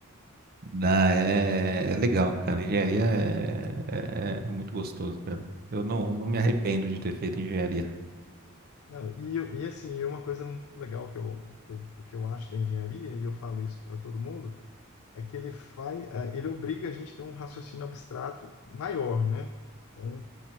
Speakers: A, on the right; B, on the left.
A: Ah, é, é legal, cara. Engenharia é, é- é muito gostoso, cara. Eu não, não me
B: É.
A: arrependo de ter feito engenharia.
B: Não, e, eu- e assim, e uma coisa muito legal que eu, que eu, que eu acho da engenharia, e eu falo isso para todo mundo, é que ele faz, eh, ele obriga a gente a ter um raciocínio abstrato maior, né? Então,